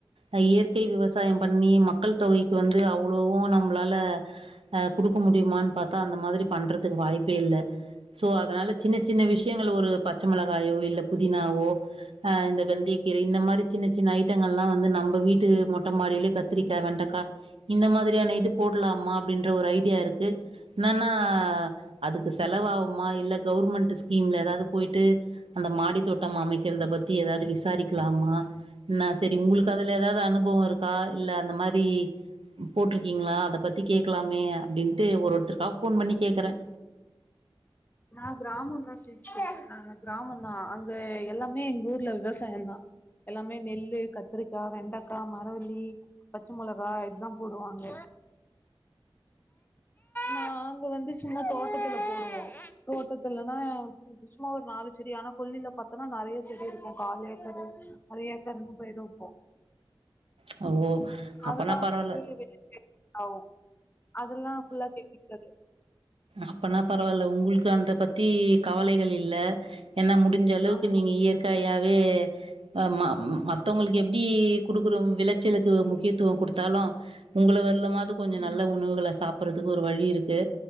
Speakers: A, on the right (about 85°); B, on the left (about 20°).
A: அ இயற்கை விவசாயம் பண்ணி மக்கள் தொகைக்கு வந்து அவ்ளோவூ நம்ளால அ குடுக்க முடியுமான் பாத்தா அந்த மாதுரி பண்றதுக் வாய்ப்பே இல்ல சோ அதனால சின்ன சின்ன விஷ்யங்கள் ஒரு ப ச்ச மெளகாயோ இல்ல புதினாவோ ஆ இந்த வெந்தயக்கீர இந்த மாரி சின்ன சின்ன ஐட்டங்கள்லா வந்து நம்ப வீட் டு மொட்ட மாடிலே கத்திரிக் த வெண்டக்கா இந்த மாதுரியான இது போட்லாமா அப்டின்ற ஒரு ஐடியா இருக்கு நான்னா அதுக்கு செலவாவுமா இல்ல கவுர்மெண்ட்டு ஸ்கீம்ல எதாவுது போயி டு அந்த மாடி தோட்டம் அமைக்கிறத பத்தி எதாவுது விசாரிக்லாமா நா செரி உங்குளுக்கதுல எதாது அனுபவொருக் கா இல்ல அந்த மாரி போட்டிருக்கீங்களா அத பத்தி கேட்கலாமே அப்டின்னு து ஒரு ஒருத்தருக்கா போன் பண்ணி கேக்குறன்
B: நான் கிராமம் தான் சிஸ்டர் ஆஹ் ஆஹ் கிராமம் தான் அங்க எல்லாமே எங்க ஊர்ல விவசாயம் தான் எல்லாமே நெல்லு கத்திரிக்கா வெண்டக்கா மரவள்ளி பச்சை மொளகா இதுதான் போடுவாங்க நாங்க வந்து சும்மா தோட்டத்துல போடுவோம் தோட்டத்துலன்னா சும் சும்மா ஒரு நாலு செடி ஆனா கொல்லில பார்த்தோம்ன்னா நறயா செடி இருக்கும் கால் ஏக்கர் அர ஏக்கருன்னு பயிர் வப்போம்
A: ஓ
B: அதெல்லாம்
A: அப்பனா பரவால்ல
B: வந்து வெளி சே ஆவும் அதெல்லாம் ஃபுல்லா செக்கிக்காது
A: அப்பனா பரவாயில்ல உங்களுக்கு அந்த பத்தி கவலைகள் இல்ல என்ன முடிஞ்ச அளவுக்கு
B: ஆமா.
A: நீங்க இயற்கையா வே ம மத்தவங்களுக்கு எப்டி கொடுக்கற விளச்சலுக்கு முக்கியத்துவ குடுத்தாலு உங்கள வர்லமாது கொஞ்ச
B: ம்
A: நல்ல உணவுகள சாப் ப்புறதுக்கு ஒரு வழி இருக்கு